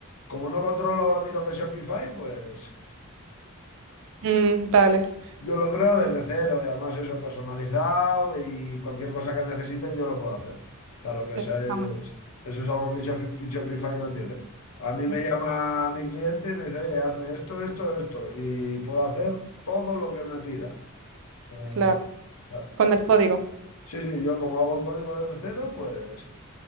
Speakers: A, on the left; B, on the right.
A: como no controlo ni lo que es Shopify, pues...
B: Mm, vale.
A: Yo lo creo desde cero y además eso personalizado y cualquier cosa que necesiten yo lo puedo hacer. Claro que
B: Está
A: eso es-
B: muy
A: eso es algo que Shopify, Shopify no tiene. A mí me
B: bien.
A: llama mi cliente y me dice, oye, hazme esto, esto, esto y puedo hacer todo lo que me pida. O sea,
B: Claro,
A: claro.
B: con el código.
A: Sí, sí, yo como hago el código desde cero, pues,